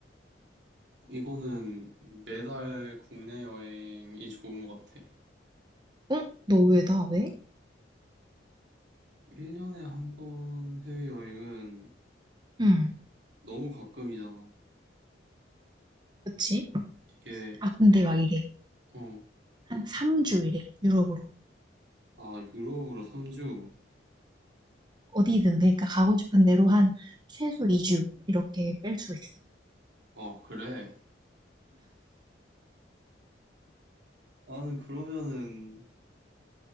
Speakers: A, on the right (about 70°); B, on the right (about 25°).
A: 이거는 매달 국내 여행이 좋은 것 같아.
B: 어? 너 왜 나 왜?
A: 1년에 한 번 해외여행은
B: 응.
A: 너무 가끔이잖아.
B: 그치?
A: 이게,
B: 아, 근데 막 이래.
A: 어,
B: 한 3주 이래, 유럽으로.
A: 아, 유럽으로 3주?
B: 어디든, 그러니까 가고 싶은 대로 한 최소 2주 이렇게 뺄 수 있어.
A: 아, 그래. 나는 그러면은,